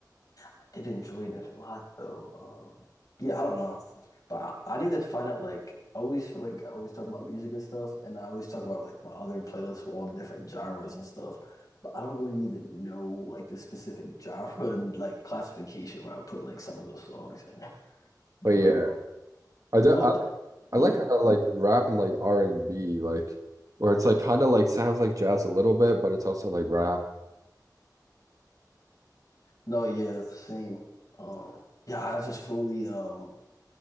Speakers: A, on the left (about 55°); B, on the right (about 50°).
A: I did enjoy that a lot though. Um, yeah, I don't know, but I, I need to find out. Like, I always feel like I always talk about music and stuff, and I always talk about like my other playlists with all the different genres and stuff. But I don't really even know like the specific <laughs> genre and like classification where I put like some of those songs in. But
B: But yeah,
A: uh,
B: I do,
A: well,
B: I, I
A: hmm?
B: like kind of like rap and like R&B like where it's like kind of like sounds like jazz a little bit, but it's also like rap.
A: No, yeah, same. Um, yeah, I just fully um